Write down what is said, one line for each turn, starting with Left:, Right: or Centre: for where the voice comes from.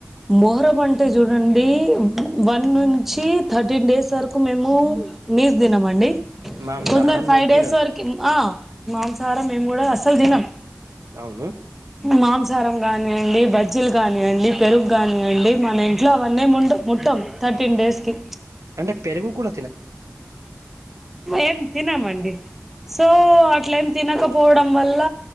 Centre: మొహరం అంటే చూడండి వన్ నుంచి థర్టీన్ డేస్ వరకు మేము నీస్ తినమండి
Right: మాంసాహారం
Centre: కొందరు ఫైవ్ డేస్
Right: తినరు
Centre: వరకి ఆ మాంసాహారం మేము కూడా అసలు దినం
Right: అవును
Centre: మాంసాహరం కానియండి బజ్జీలు కానియండి పెరుగు కానివ్వండి మనం ట్లా అవన్నీ ముండ మట్టం థర్టీన్ డేస్కి
Right: అంటే పెరుగు కూడ
Centre: ఏం తినమండి సో అట్లెం తినకపోవడం వల్ల